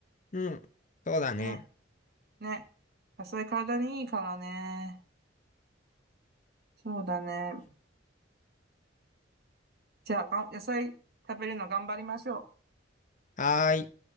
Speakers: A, on the left; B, on the right.
A: うん。そうだね。
B: ね、ね。野菜体にいいからね。そうだね。じゃあがん、野菜食べるの頑張りましょう。
A: はーい。